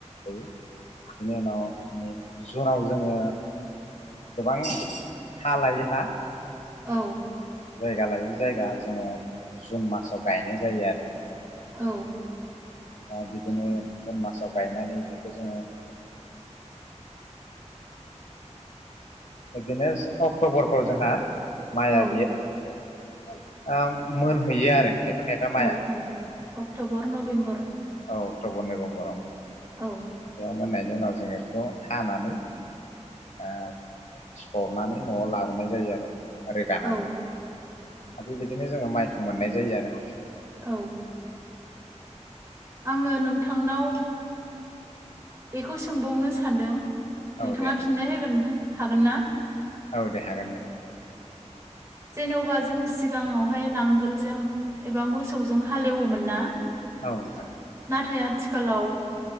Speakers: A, on the left; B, on the right.
A: बेनि उनाव जुनाव जोङो गोबां हा लायै हा
B: औ
A: जायगा लायै जायगा जोङो जुन मासाव गायनाय जायो आरो
B: औ
A: दा बिदिनो जुन मासाव गायनानै बेखौ जोङो बिदिनो अक्ट'बरफ्राव जोंहा माया
B: औ
A: बेयो मोनहैयो आरो खायफा खायफा माइया
B: औ औ अक्ट'बर नभेम्बर
A: औ अक्ट'बर नभेम्बराव
B: औ
A: बेयाव मोननायनि उनाव जोङो बेखौ हानानै ओ सरनानै न'आव लाबोनाय जायो आरो रोगानानै
B: औ
A: बि बादिनो जोङो माइखौ मोननाय जायो आरो।
B: औ। आङो नोंथांनाव बेखौ सोंबावनो सानदों। नोंथाङा
A: औ दे
B: फिननाय होगोन। हागोनना?
A: औ दे हागोन दे।
B: जेन'बा जों सिगाङाव हाय नांगोलजों एबा मोसौ जों हाल एवोमोनना।
A: औ नोंथां
B: नाथाय आथिखालाव